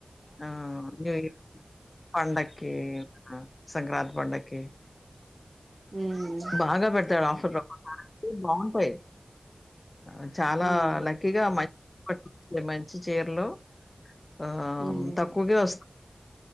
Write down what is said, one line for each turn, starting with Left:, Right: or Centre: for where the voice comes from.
Left: ఆ న్యూ ఇయర్ పండకి ఆ సంక్రాంతి పండకి
Right: ఉమ్
Left: బాగా పెడతాడు ఆఫర్ లో ఏ బాగుంటాయి ఆ చాలా
Right: ఉమ్
Left: లక్కీగా మం అవి మంచి చీరలు ఆ
Right: ఉమ్
Left: తక్కువకె వస్